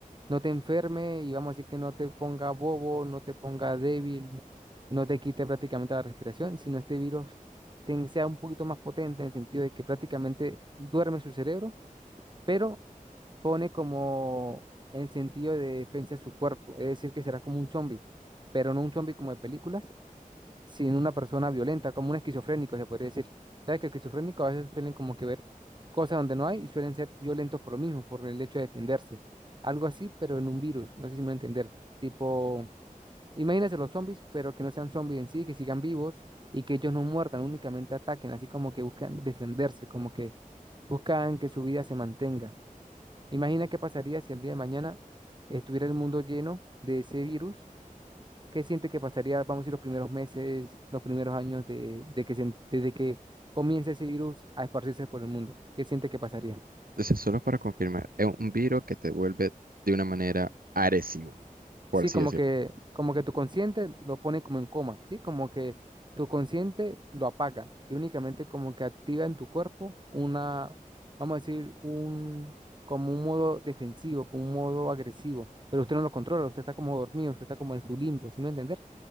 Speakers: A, on the right; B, on the right.
A: no te enferme y vamos a decir que no te ponga bobo, no te ponga débil, no te quite prácticamente la respiración, sino este virus ten- sea un poquito más potente en el sentido de que prácticamente duerme su cerebro, pero pone como el sentido de defensa a su cuerpo, es decir, que será como un zombie, pero no un zombie como de películas, sin una persona violenta, como un esquizofrénico, se podría decir. ¿Sabes que esquizofrénicos a veces suelen como que ver cosas donde no hay y suelen ser violentos por lo mismo, por el hecho de defenderse? Algo así, pero en un virus, no sé si me voy a entender. Tipo, imagínense los zombies, pero que no sean zombies en sí, que sigan vivos y que ellos no muerdan, únicamente ataquen, así como que buscan defenderse, como que buscan que su vida se mantenga. Imagina qué pasaría si el día de mañana estuviera el mundo lleno de ese virus ¿Qué siente que pasaría, vamos a decir, los primeros meses, los primeros años de, de que se- desde que comience ese virus a esparcirse por el mundo? ¿Qué siente que pasaría?
B: Entonces, solo para confirmar, es un virus que te vuelve de una manera agresivo, por
A: Sí,
B: así
A: como
B: decirlo.
A: que, como que tu consciente lo pone como en coma, ¿sí? Como que tu consciente lo apaga y únicamente como que activa en tu cuerpo una, vamos a decir, un, como un modo defensivo, como un modo agresivo, pero usted no lo controla, usted está como dormido, usted está como en su limbo, ¿sí me entiende?